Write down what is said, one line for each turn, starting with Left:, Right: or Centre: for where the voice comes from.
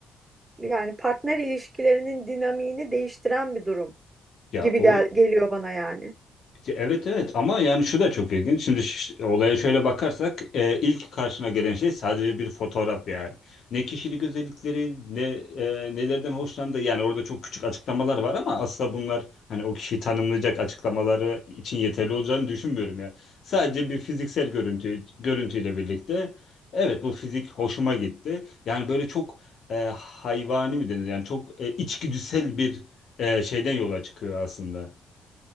Right: yani partner ilişkilerinin dinamiğini değiştiren bir durum
Left: Ya
Right: gibi
Left: o
Right: gel geliyor bana yani.
Left: Ya Evet evet ama yani şu da çok ilginç. Şimdi ş- olaya şöyle bakarsak e, ilk karşına gelen şey sadece bir fotoğraf yani. Ne kişilik özellikleri ne e, nelerden hoşlandığı yani orada çok küçük açıklamalar var ama asla bunlar hani o kişiyi tanımlayacak açıklamaları için yeterli olacağını düşünmüyorum ya. Sadece bir fiziksel görüntü görüntüyle birlikte evet bu fizik hoşuma gitti. Yani böyle çok e, hayvani mi denir yani çok e, içgüdüsel bir e, şeyden yola çıkıyor aslında.